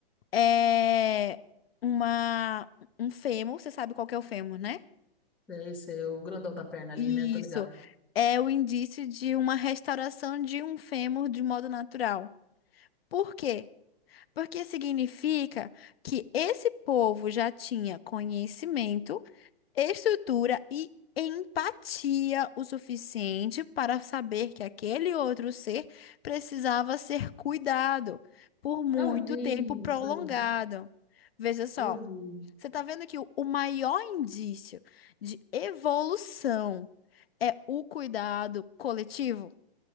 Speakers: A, on the left; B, in the centre.
A: é uma, um fêmur, você sabe qual que é o fêmur, né?
B: é isso aí, o grandão da perna ali,
A: Isso.
B: né? Tô ligado.
A: É o indício de uma restauração de um fêmur de modo natural. Por quê? Porque significa que esse povo já tinha conhecimento, estrutura e empatia o suficiente para saber que aquele outro ser precisava ser cuidado por muito
B: Eu vi
A: tempo prolongado.
B: isso aí, não?
A: Veja só,
B: eu vi.
A: você está vendo que o o maior indício de evolução é o cuidado coletivo?